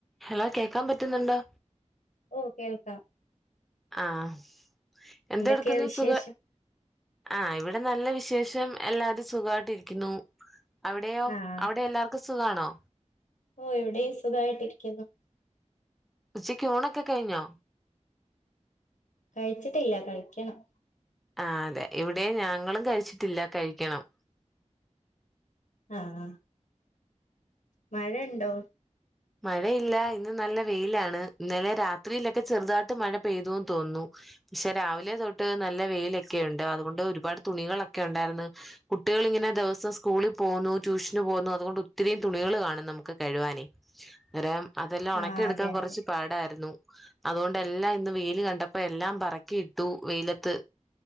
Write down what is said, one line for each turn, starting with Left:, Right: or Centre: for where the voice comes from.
Centre: Hello കേക്കാൻ പറ്റുന്നുണ്ടോ
Left: ഓ കേൾക്കാം
Centre: ആഹ എന്ത
Left: എന്തൊക്കെയാ
Centre: എടുക്കുന്ന
Left: വിശേഷം
Centre: സുഖ ആഹ ഇവിടെ നല്ല വിശേഷം ഉം എല്ലാവരും സുഖമായിട്ടിരിക്കുന്നു അവിടെയോ
Left: ആഹ്
Centre: അവിടെ എല്ലാവർക്കും സുഖമാണോ
Left: ഓ ഇവിടെയും സുഖായിട്ടി ഇരിക്കുന്നു
Centre: ഉച്ചക്ക് ഊണൊക്കെ കഴിഞ്ഞോ
Left: കഴിച്ചിട്ടില്ല കഴിക്കണം
Centre: ആ അതെ ഇവിടെ ഞങ്ങളും കഴിച്ചിട്ടില്ല കഴിക്കണം
Left: ആഹ മഴുണ്ടോ
Centre: മഴയില്ല ഇന്ന് നല്ല വെയിലാണ് ഇന്നലെ രാത്രിയിലൊക്കെ ചെറുതായിട്ട് മഴ പെയ്തുന്ന് തോന്നുന്നു പക്ഷെ രാവിലെ തൊട്ട് നല്ല വെയിലൊക്കെയുണ്ട് അതുകൊണ്ട് ഒരുപാട് തുണികളൊക്കെ ഉണ്ടായിരുന്നു കുട്ടികൾിങ്ങനെ ദിവസം സ്കൂളിൽ പോന്നുന്നു ട്യൂഷന് പോന്നുന്നു അതുകൊണ്ട് ഒത്തിരിയും തുണികൾ കാണും നമുക്ക് കഴുവാനെ അന്നേരം അതെല്ലാം ഉണക്കിയെടുക്കാൻ
Left: ആഹ് അതെ
Centre: കുറച്ച്
Left: അതെ
Centre: പാടായിരുന്നു അതുകൊണ്ട് എല്ലാം ഇന്ന് വെയിയില് കണ്ടപ്പോ എല്ലാം പറക്കി ഇട്ടു വെയിലത്ത്